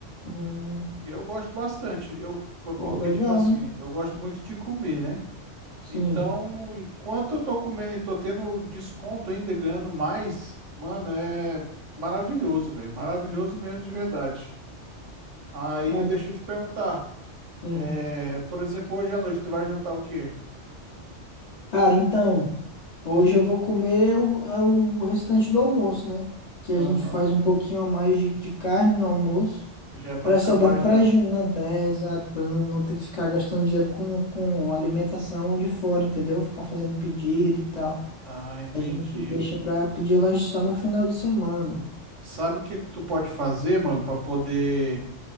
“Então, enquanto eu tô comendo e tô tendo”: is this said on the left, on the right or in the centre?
Right